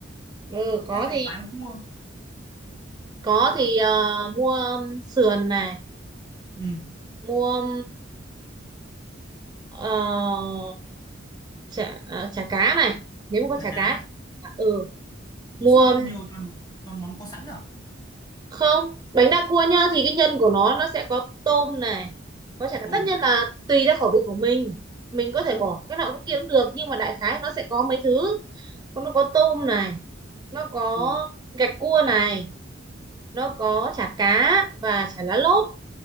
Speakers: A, on the right (about 20°); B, on the left (about 20°).
A: ừ có
B: Em thấy
A: thì
B: bán cua.
A: có thì ờ, mua sườn này
B: Ừ,
A: mua ờ, chả à, chả cá này nếu mà có
B: thả
A: chả
B: cá.
A: cá à, ừ mua
B: Sao nhiều toàn toàn món có sẵn à?
A: không bánh đa cua nhá thì cái nhân của nó nó sẽ có tôm này có chả cá
B: Tôm,
A: tất nhiên là tùy theo khẩu vị của mình mình có
B: vâng,
A: thể bỏ cái nào cái kia cũng được nhưng mà đại khái nó sẽ có mấy thứ Còn nó có tôm này nó có
B: cua,
A: gạch cua này nó có chả cá và chả lá lốt